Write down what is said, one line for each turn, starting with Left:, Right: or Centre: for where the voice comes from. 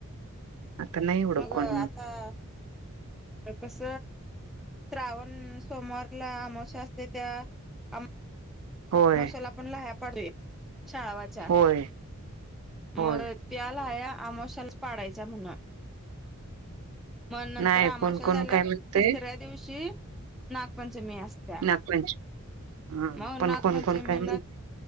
Right: आता नाही एवढं
Centre: मग
Right: कोण
Centre: आता- कस श्रावण सोमवारला आमावश्या असते त्यात- <unintelligible>
Right: होय
Centre: मशाला पण लह्या पड शाळावाच्या
Right: होय. होय
Centre: मग- त्या लाह्या आमोशाला पाडायचा म्हण? मग नंतर
Right: नाही
Centre: आमाशा
Right: कोण कोण
Centre: झाल्यावर
Right: काय म्हणतय
Centre: तिसऱ्या दिवशी- नागपंचमी असत्या.
Right: नागपंच हा
Centre: म
Right: पण
Centre: नागपंचमीलाच-
Right: कोण कोण काय